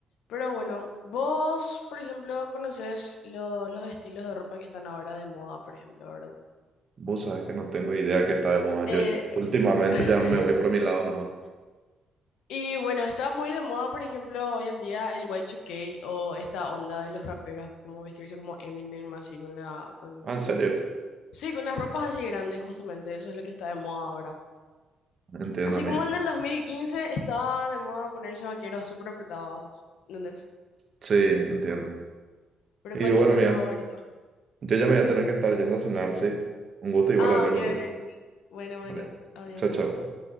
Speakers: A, on the left (about 80°); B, on the right (about 45°).
A: Pero bueno, vos, por ejemplo, conoces lo- los estilos de ropa que están ahora de moda, por ejemplo, ¿verdad?
B: Vos sabés que no tengo idea que está de moda.
A: Eh,
B: Yo últimamente
A: <laughs>
B: ya me voy por mi lado nomás.
A: y bueno, está muy de moda, por ejemplo, hoy en día el Y2K o esta onda de los raperos, como vestirse como Eminem, así con la, con,
B: Ah, ¿en serio?
A: sí, con las ropas así grandes, justamente, eso es lo que está de moda ahora.
B: Entiendo,
A: Así
B: amiga.
A: como en el 2015 estaba de moda ponerse vaqueros súper apretados, ¿entendés?
B: Sí, entiendo.
A: Pero
B: Y
A: ¿cuál
B: bueno,
A: sería
B: mía,
A: tu favorito?
B: yo ya me voy a tener que estar yendo a cenar, sí. Un gusto igual
A: Ah,
B: hablar
A: ok,
B: contigo.
A: ok. ok. Bueno, bueno,
B: Vale.
A: adiós.
B: Chao, chao.